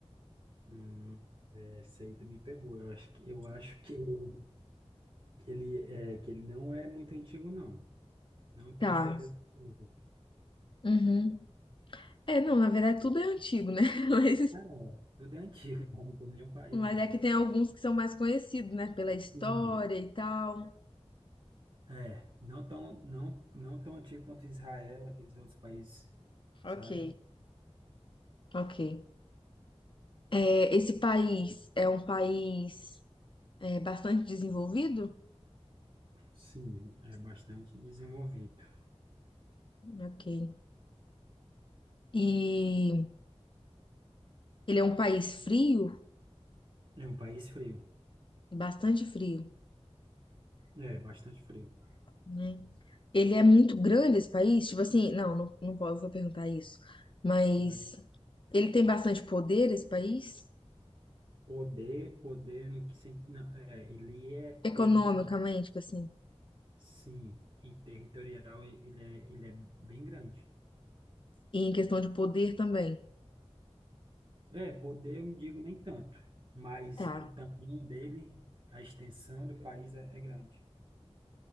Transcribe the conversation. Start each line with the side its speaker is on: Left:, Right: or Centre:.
Right: Hum, essa aí tu me pegou. Eu acho que, eu acho que <laughs> que ele é que ele não é muito antigo, não. Não tenho
Left: Tá.
Right: certeza. absoluta.
Left: Uhum. É, não, na verdade tudo é antigo, né? <laughs> Mas.
Right: Ah, é. Tudo é antigo, <laughs> né? não tem nenhum país,
Left: Mas
Right: é.
Left: é que tem alguns que são mais conhecidos, né? Pela história
Right: Sim.
Left: e tal.
Right: É, é, não tão, não, não tão antigo quanto Israel, aqueles outros países,
Left: Ok,
Right: sabe?
Left: ok. É, esse país é um país é, bastante desenvolvido?
Right: Sim, é bastante desenvolvido.
Left: Ok. E ele é um país frio,
Right: É um país frio.
Left: bastante frio,
Right: É, bastante frio.
Left: né? Ele é muito grande esse país? Tipo assim, não, não, não posso perguntar isso. Mas
Right: É.
Left: ele tem bastante poder, esse país?
Right: Poder, poder no que sentido? Não, é, ele é
Left: Economicamente,
Right: territorial.
Left: tipo assim.
Right: Sim, e territorial e- ele é, ele é bem grande.
Left: E em questão de poder também.
Right: É, poder, eu não digo nem tanto, mas
Left: Tá,
Right: o tamanho dele, a extensão do país é, é grande.